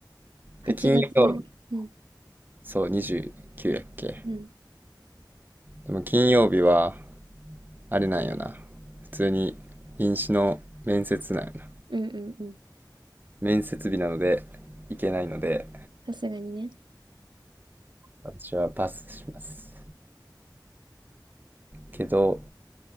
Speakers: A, on the right; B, on the right.
A: 8月。
B: で、金曜日、
A: うん。
B: そう、29やっけ。
A: うん。
B: でも金曜日は、あれなんよな。普通に飲酒の面接なんよな。
A: うんうんうん。
B: 面接日なので行けないので、
A: さすがにね。
B: 私はパスします。けど、